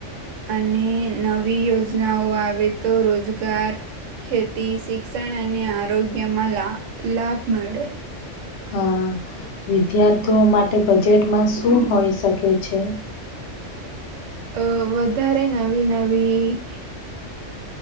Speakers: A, on the right (about 85°); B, on the left (about 70°).
A: અને નવી યોજનાઓ આવે, તો રોજગાર ખેતી શિક્ષણ, અને આરોગ્યમાં લા લાભ મળે.
B: હા, વિદ્યાર્થીઓ માટે બજેટમાં શું હોઈ શકે છે.
A: અ વધારે નવી